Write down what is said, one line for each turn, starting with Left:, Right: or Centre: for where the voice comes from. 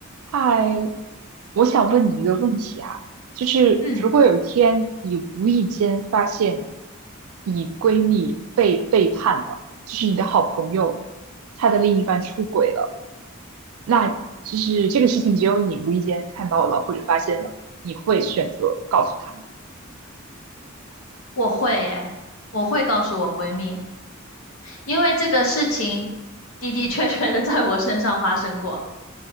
Right: 嗨，我想问你一个问题啊，就是如果有一天你无意间发现
Left: 嗯，
Right: 你闺蜜被背叛了，就是你的好朋友，她的另一半出轨了，那就是这个事情只有你无意间看到了或者发现了，你会选择告诉她。
Left: 我会耶，我会告诉我闺蜜，因为这个事情的的确确的在我身上发生过。